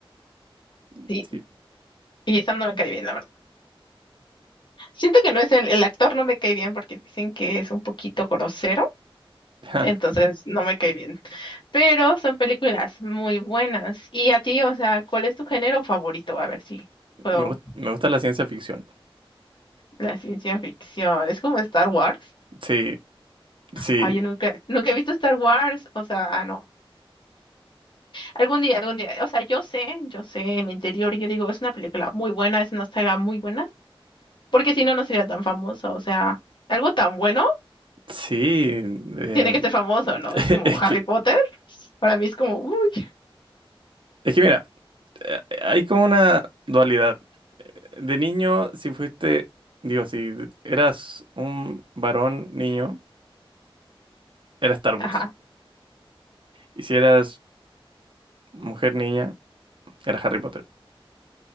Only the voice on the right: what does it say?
sí.
<laughs>
Me gust- me gusta la ciencia ficción.
Sí, Sí,
sí. em,
<laughs>
es
que,
es que mira, eh, hay como una dualidad. De niño, si fuiste, digo, si eras un varón niño, era Star Wars.
Y si eras mujer niña, era Harry Potter.